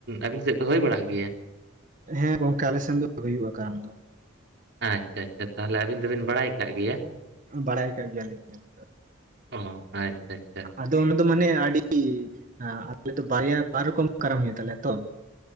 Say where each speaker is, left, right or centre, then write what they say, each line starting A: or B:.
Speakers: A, on the right; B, on the right.
A: ᱟᱹᱵᱤᱱ ᱥᱮᱫ ᱫᱚ ᱦᱩᱭ, ᱵᱟᱲᱟᱜ ᱜᱮᱭᱟ?
B: ᱦᱮᱸ ᱜᱚᱝᱠᱮ, ᱟᱞᱮ ᱥᱮᱱ ᱫᱚ ᱦᱩᱭᱩᱜᱼᱟ ᱾ ᱠᱟᱨᱟᱢ ᱫᱚ ᱾
A: ᱟᱪᱪᱷᱟ, ᱟᱪᱪᱷᱟ ᱛᱟᱦᱚᱞᱮ, ᱟᱵᱤᱱ ᱫᱚᱵᱤᱱ ᱵᱟᱲᱟᱭ ᱟᱠᱟᱜ ᱜᱮᱭᱟ ᱾
B: ᱵᱟᱲᱟᱭ ᱟᱠᱟᱜ, ᱸᱜᱮᱭᱟ ᱞᱤᱧ ᱟᱞᱤᱧ ᱾
A: ᱚᱼᱦᱚ, ᱟᱪᱪᱷᱟ, ᱟᱪᱪᱷᱟ ᱾
B: ᱟᱫᱚ, ᱚᱱᱟ ᱫᱚ, ᱢᱟᱱᱮ ᱟᱹᱰᱤ, ᱟᱞᱮ ᱫᱚ ᱵᱟᱨᱭᱟ, ᱵᱟᱨ ᱨᱚᱠᱚᱢ, ᱠᱟᱨᱟᱢ, ᱦᱩᱭᱩᱜ ᱛᱟᱞᱮᱭᱟ ᱛᱚ ᱾